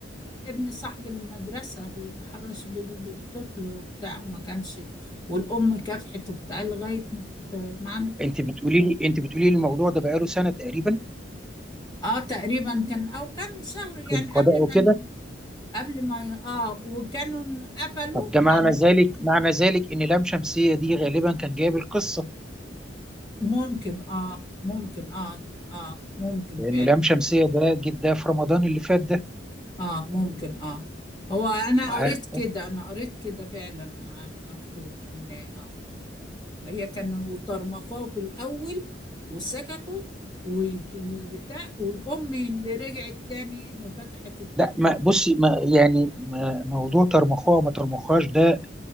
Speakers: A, on the left; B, in the centre.
A: ابن صاحب المدرسة بيتحرش بال- بالطفل وبتاع ما كانش والأم كافحت وبتاع لغاية ما
B: أنت بتقولي لي أنت بتقولي لي الموضوع ده بقاله سنة تقريبا
A: اه تقريبا كان او كم شهر يعني
B: في القضاء
A: قبل
B: وكده
A: ما ن- قبل ما ي- اه وكانوا قفلوا
B: طب ده
A: يعني
B: معنى ذلك معنى ذلك إن لام شمسية دي غالبا كان جايب القصة
A: ممكن اه ممكن اه اه ممكن
B: لأنه
A: فعلا
B: لام شمسية ده جد ده في رمضان اللي فات ده
A: اه ممكن اه هو انا قريت
B: ه-
A: كده انا قريت كده فعلا عن مكتوب ان اه هي كانوا طرمخوه في الاول وسكتوا والبتاع والام اللي رجعت تاني فتحت التحقيق
B: لا ما بصي ما يعني ما موضوع ترمخوها ما ترمخهاش ده